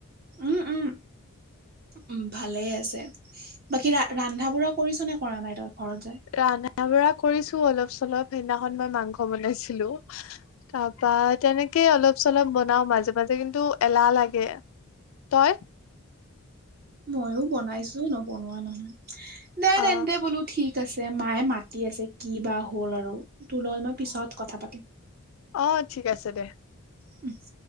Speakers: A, on the right; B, on the left.
A: উম উম। উ ভালে আছে। বাকী ৰা ৰান্ধা-বঢ়া কৰিছ না কৰা নাই তই ঘৰত যায়?
B: ৰন্ধা-বঢ়া কৰিছো অলপ-চলপ, সেইদিনাখন মই মাংস বনাইছিলোঁ, তাৰপা তেনেকে অলপ-চলপ বনাও মাজে মাজে কিন্তু এলাহ লাগে। তই?
A: ময়ো বনাইছো নবনোৱা নহয় দে,
B: অ
A: তেন্তে বোলো ঠিক আছে, মায়ে মাতি আছে কি বা হ'ল আৰু তোৰ লগত মই পিছত কথা পাতিম।
B: অঁ ঠিক আছে দে।
A: উম